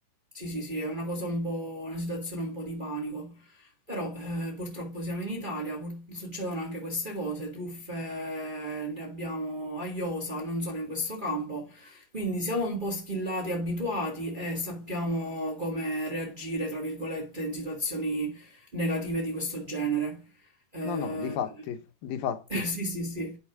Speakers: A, on the right; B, on the left.
A: sì, sì, sì, è una cosa un po', una situazione un po' di panico. Però eh, purtroppo siamo in Italia, pur- succedono anche queste cose, truffe ne abbiamo a iosa, non solo in questo campo, quindi siamo un po' schillati, abituati e sappiamo come reagire, tra virgolette, in situazioni negative di questo genere. Eh,
B: No, no, di fatti, di fatti.
A: <laughs> sì, sì, sì.